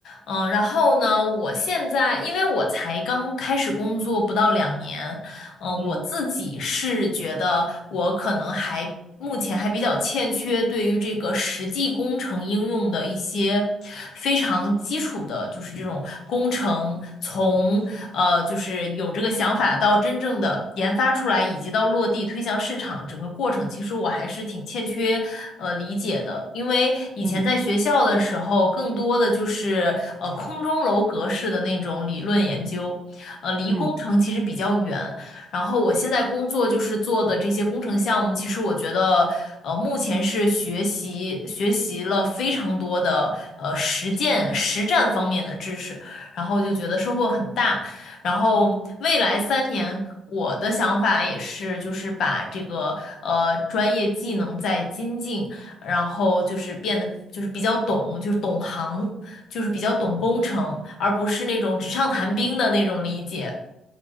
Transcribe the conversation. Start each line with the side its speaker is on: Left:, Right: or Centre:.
Left: 嗯、然后呢，我现在因为我才刚开始工作不到两年，嗯、
Right: 嗯
Left: 我自己是觉得我可能还目前还比较欠缺对于这个实际工程应用的一些非常基础的，就是这种工程从呃就是有这个想法到真正的研发出来，以及到落地推向市场整个过程，其实我还是挺欠缺呃理解的，因为以前在学校的时候，
Right: 嗯嗯
Left: 更多的就是呃空中楼阁式的那种理论研究，呃离工程其实比较远。
Right: 嗯。
Left: 然后我现在工作就是做的这些工程项目，其实我觉得，呃，目前是学习学习了非常多的呃实践实战方面的知识，然后就觉得收获很大。然后未来三年，我的想法也是，就是把这个呃专业技能再精进，然后就是变得就是比较懂，就是懂行，就是比较懂工程，而不是那种纸上谈兵的那种理解。